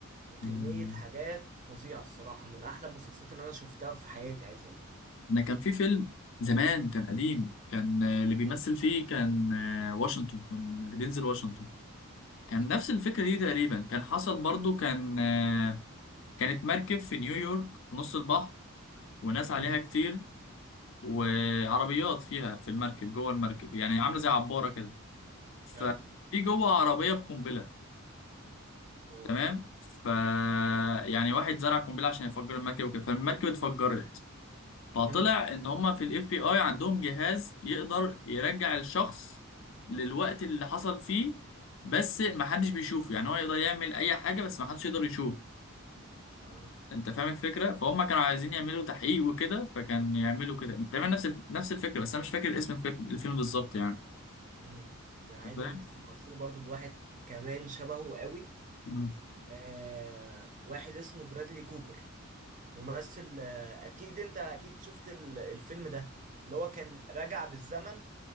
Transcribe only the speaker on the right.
وكمية
حاجات فظيعة الصراحة من أحلى المسلسلات اللي أنا شفتها في حياتي عايز أقول لك
مم.
مم.
آه.
أوه.
مم.
آه.
مم. ده انا عايز
اقول لك انت فكرتني برضو بواحد كمان شبهه قوي
آه واحد اسمه برادلي كوبر ممثل آه اكيد انت اكيد شفت ال- الفيلم ده اللي هو كان راجع بالزمن